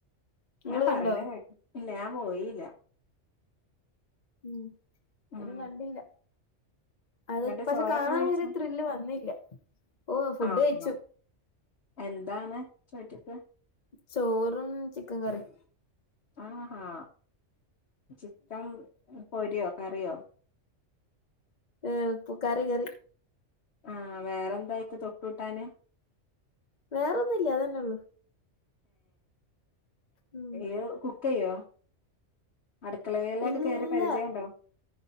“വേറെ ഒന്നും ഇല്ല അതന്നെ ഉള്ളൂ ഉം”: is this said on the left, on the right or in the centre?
Left